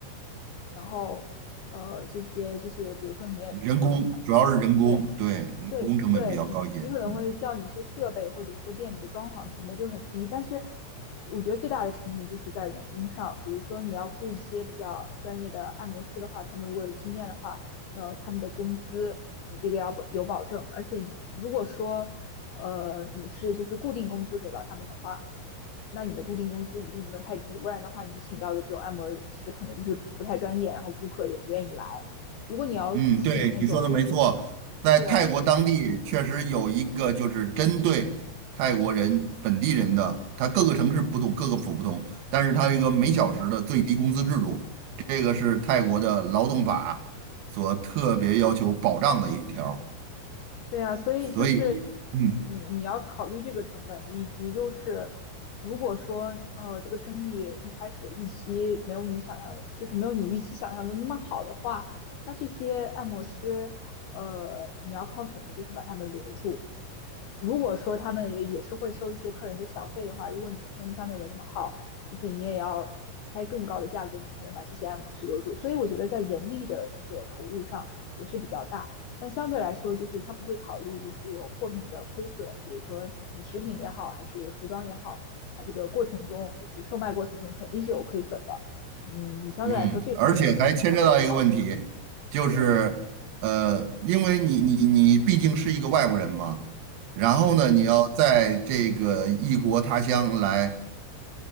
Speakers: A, on the left (about 75°); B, on the right (about 90°).
A: 然后呃这些就是比如说你也不用参，
B: 人工主要是人工，
A: 对，
B: 对，人工成本比较高一些。
A: 对对，你可能会需要你一些设备，
B: 嗯
A: 或者说店里的装潢成本就很低，但是我觉得最大的成本就是在人工上，比如说你要雇一些比较专业的按摩师的话，他们如果有经验的话，那他们的工资你这个要保有保证，而且如果说呃你是就是固定工资给到他们的话，那你的固定工资一定不能太低，不然的话你请到的这种按摩师可能就是不太专业，然后顾客也不愿意来。如果你要请那种就是
B: 嗯，对，你说的没错，在泰国当地确实有一个就是针对泰国人本地人的，
A: 对。
B: 他各个城市不同，各个府不同，但是他这个每小时的最低工资制度，
A: 嗯，
B: 这个是泰国的劳动法所特别要求保障的一条儿
A: 对呀，所以就是
B: 所以。嗯。
A: 你你要考虑这个成本，以及就是如果说呃这个生意一开始预期没有你想象就是没有你预期想象的那么好的话，那这些按摩师呃你要靠什么就是把他们留住？如果说他们也是会收一些客人的小费的话，如果你的生意相对没那么好，就是你也要开更高的价格，你才能把这些按摩师留住。所以我觉得在人力的这个投入上也是比较大，但相对来说，就是他不会考虑就是有货品的亏损，比如说你食品也好，还是服装也好，它这个过程中就是售卖过程中肯定是有亏损的。嗯，你相对来说这方面的成本就不用考虑。
B: 嗯，而且还牵扯到一个问题，就是呃，
A: 对，
B: 因为你你你毕竟是一个外国人嘛，然后呢，你要在这个异国他乡来